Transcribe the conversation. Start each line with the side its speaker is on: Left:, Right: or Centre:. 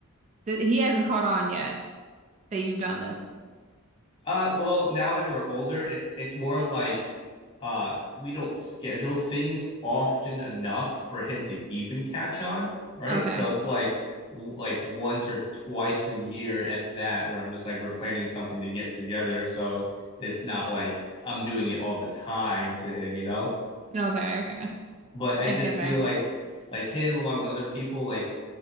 Right: th he hasn't caught on yet that you've done this.
Left: Uh, well, now that we're older, it's it's more like uh we don't schedule things often enough for him to even catch on, right?
Right: Okay,
Left: So it's like like once or twice a year, if that, where I'm just like we're planning something to get together. So it's not like I'm doing it all the time to him, you know?
Right: okay, okay,
Left: But I
Right: I
Left: just
Right: get
Left: feel
Right: that.
Left: like like him along with other people, like